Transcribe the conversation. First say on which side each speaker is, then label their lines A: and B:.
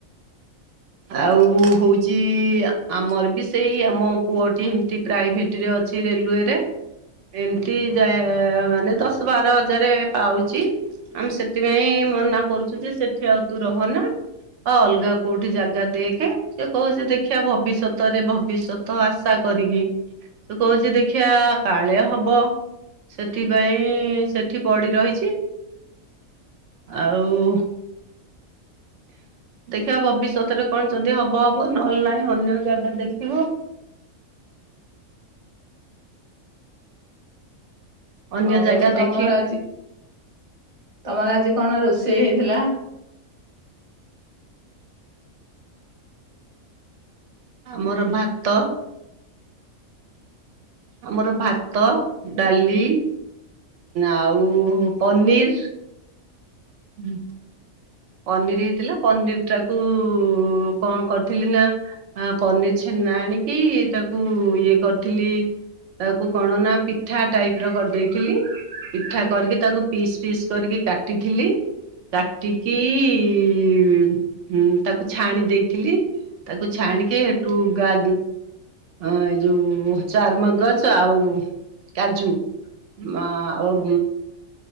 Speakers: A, on the right; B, on the right.
A: ଆଉ ହଉଛି ଆମର ବି ସେଇ ଆମ ପୁଅଟି ଏମିତି ପ୍ରାଇଭେଟ ରେ ଅଛି ରେଲୱେରେ। ଏମିତି ଯ ମାନେ ଦଶ ବାର ହଜାର ପାଉଛି। ଆମେ ସେଥିପାଇଁ ମନା କରୁଛୁ ଯେ ସେଠି ଆଉ ତୁ ରହନା ଆଉ ଅଲଗା କୋଉଠି ଜାଗା ଜଗା ଦେଖେ ସେ କହୁଛି ଦେଖିବା ଭବିଷ୍ୟତରେ ଭବିଷ୍ୟତ ଆଶା କରିକି। ତୁ କହୁଛୁ ଦେଖିବା କାଳେ ହବ। ସେଥିପାଇଁ ସେଠି ପଡି ରହିଛି ଆଉ- ଦେଖିବା ଭବିଷ୍ୟତରେ କଣ ଯଦି ହବ ହବ ନହେଲେ ନାହିଁ ଅନ୍ୟ ଜାଗା ଦେଖିବ। ଅନ୍ୟ
B: ହଉ
A: ଜାଗା
B: ତମର
A: ଦେଖି
B: ଆଜି, ତମର ଆଜି କଣ ରୋଷେଇ ହେଇଥିଲା?
A: ଆମର ଭାତ ଆମର ଭାତ, ଡାଲି, ଆଉ ପନିର୍ ହୁଁ। ପନିର୍ ହେଇଥିଲା। ପନିର୍ ଟାକୁ କଣ କରିଥିଲି ନା ହଁ ପନିର୍ ଛେନା ଆଣିକି ତାକୁ ଇଏ କରିଥିଲି ତାକୁ କଣ ନା ପିଠା ଟାଇପ୍ ର କରିଦେଇଥିଲି। ପିଠା କରିକି ତାକୁ ପିସ୍ ପିସ୍ କରିକି କାଟିଥିଲି। କାଟିି କି ହୁଁ, ହୁଁ। ତାକୁ ଛାଣି ଦେଇଥିଲି। ତାକୁ ଛାଣିକି ହେଠୁ ଗା ହଁ ଏଇ ଯୋଉ ଚାରୁମଗଜ ଆଉ କାଜୁ ମା ଆଉ